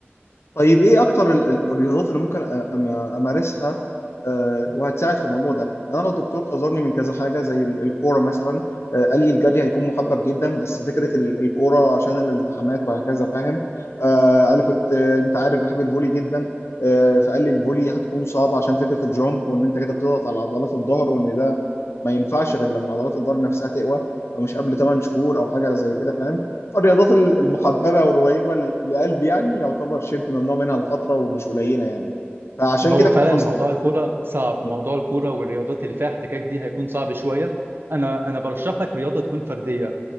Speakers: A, on the left (about 80°); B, on the right (about 60°).
A: طيب ايه اكتر ال- ال- الرياضات اللي ممكن أ- أما- امارسها آه، وهتساعد في الموضوع ده يعني انا الدكتور حذرني من كذا حاجه زي ال- الكوره مثلا آه، قال لي الجري هيكون محبب جدا بس فكره ال- الكوره عشان الالتحامات وهكذا فاهم آه، انا كنت آه، انت عارف بحب الفولي جدا آه، فقال لي الفولي هتكون صعبه عشان فكره الجامب وان انت كده بتضغط على عضلات الظهر وان ده ما ينفعش غير لما عضلات الظهر نفسها تقوى فمش قبل 8 شهور او حاجه زي كده فاهم الرياضات المحببة والقريبة لقلبي يعني يعتبر شبه ممنوع منها لفترة ومش قليلة يعني فعشان
B: هو
A: كده
B: فعلا
A: كنت بس
B: موضوع الكوره صعب
A: مم.
B: موضوع الكوره والرياضات اللي فيها احتكاك دي هيكون صعب شويه انا انا برشح لك رياضه تكون فرديه